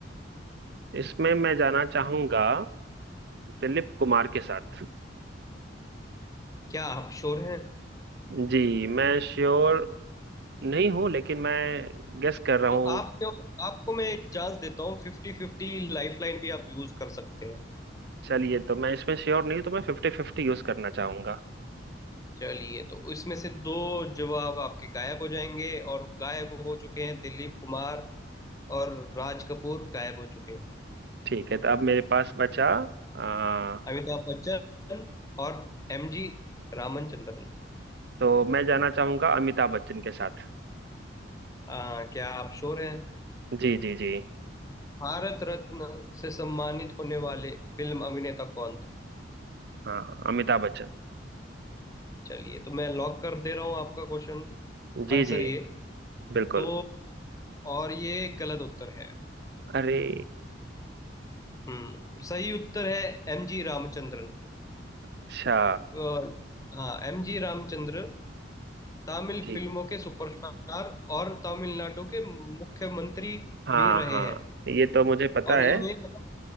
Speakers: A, on the right; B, on the left.
A: इसमें मैं जाना चाहूंगा दिलीप कुमार के साथ
B: क्या आप श्योर हैं
A: जी मैं श्योर नहीं हूँ लेकिन मैं गेस कर रहा
B: तो
A: हूँ
B: आप क्यों आपको मैं एक चांस देता हूँ फिफ्टी फिफ्टी लाइफलाइन भी आप यूज कर सकते हैं
A: चलिए तो मैं इसमें श्योर नहीं हूँ तो मैं फिफ्टी फिफ्टी यूज करना चाहूंगा
B: चलिए तो इसमें से दो जवाब आपके गायब हो जाएंगे और गायब हो चुके हैं दिलीप कुमार और राज कपूर गायब हो चुके हैं
A: ठीक है तो अब मेरे पास बचा आ,
B: अमिताभ बच्चन और एम जी रामचंद्रन
A: तो मैं जाना चाहूंगा अमिताभ बच्चन के साथ
B: आ, क्या आप श्योर हैं
A: जी जी जी
B: भारत रत्न से सम्मानित होने वाले फिल्म अभिनेता कौन थे
A: हाँ अमिताभ बच्चन
B: चलिए तो मैं लॉक कर दे रहा हूँ आपका क्वेश्चन
A: जी
B: आंसर
A: जी
B: ये
A: बिल्कुल
B: तो और ये गलत उत्तर है
A: अरे
B: हम्म सही उत्तर है एम जी रामचंद्रन
A: अच्छा
B: अ, हाँ एम जी रामचंद्र तमिल
A: ठीक
B: फिल्मों के सुपरस्टार और तमिलनाडु के मुख्यमंत्री
A: हाँ
B: भी रहे
A: हाँ
B: हैं
A: ये तो मुझे पता
B: और
A: है
B: इन्हें मतलब